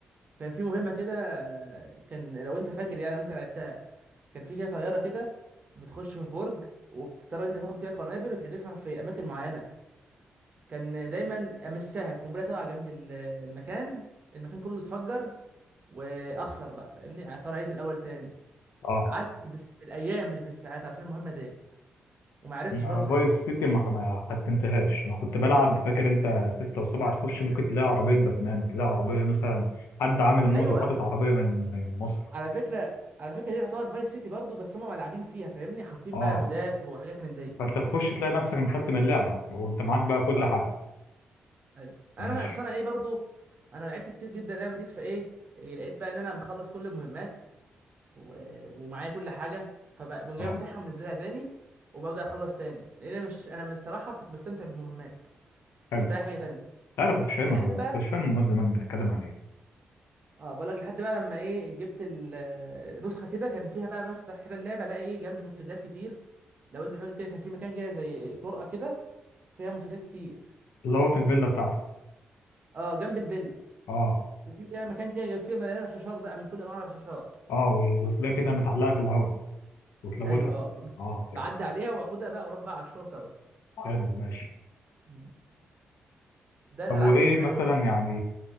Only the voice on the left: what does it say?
اه
أنا
فايس سيتي ما ما ختمتهاش انا كنت بلعب فاكر انت ستة وسبعة تخش ممكن تلاقي عربية باتمان تلاقي عربية مثلا حد عامل مود
وحاطط عربية من من مصر
اه
فانت تخش تلاقي نفسك مختم اللعبة وانت معاك بقى كل
حاجة
ماشي
اه
حلو
لا انا كنتش فاهمها
كنتش فاهم امال زمان بتتكلم عن ايه
اللي هو في الفيلا
بتاعتك
اه
اه و- وتلاقي كده متعلقة في الهواء وتلوتها
اه
حلو
حلو ماشي
طب وايه
مثلا
يعني